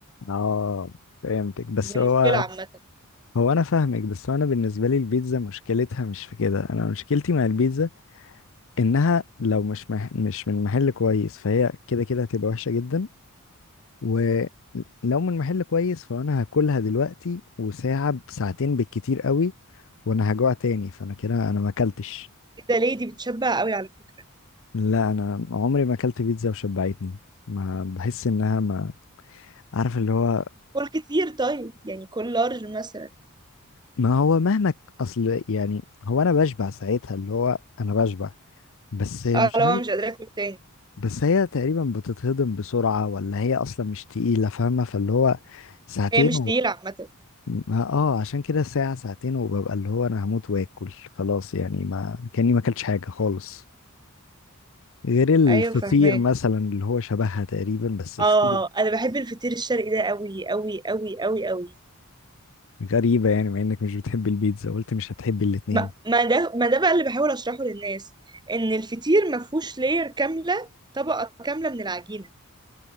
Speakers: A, on the left (about 65°); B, on the right (about 20°).
A: اه فهمتك بس
B: دي
A: هو
B: مشكله عامه
A: هو انا فاهمك بس هو انا بالنسبة لي البيتزا مشكلتها مش في كده انا مشكلتي مع البيتزا انها لو مش مح... مش من محل كويس فهي كده كده هتبقى وحشة جدا ولو من محل كويس فانا هاكلها دلوقتي وساعة بساعتين بالكتير قوي وانا هجوع تاني فانا كده انا ما اكلتش
B: كده ليه دي بتشبع قوي على فكره
A: لا انا عمري ما اكلت بيتزا وشبعتني ما بحس انها ما عارف اللي هو
B: كل كتير طيب يعني كل لارج مثلا
A: ما هو مهما ك- اصل يعني هو انا بشبع ساعتها اللي هو انا بشبع بس مش
B: اه لو
A: عارف
B: أنا مش قادره اكل تاني
A: بس هي تقريبا بتتهضم بسرعة ولا هي اصلا مش تقيلة فاهمة فاللي هو ساعتين
B: هي مش تقيله عامه
A: ما- اه عشان كده ساعة ساعتين وببقى اللي هو انا هموت واكل خلاص يعني ما كاني ما اكلتش حاجة خالص غير الفطير
B: ايوه فهماك
A: مثلا اللي هو شبهها تقريبا بس الفطير
B: اه انا بحب الفطير الشرقي ده قوي قوي قوي قوي قوي
A: غريبة يعني مع انك مش بتحب البيتزا قلت مش هتحب الاتنين
B: ما, ما ده ما ده بقى اللي بحاول اشرحه للناس ان الفطير ما فيهوش لاير كامله طبقه كامله من العجينه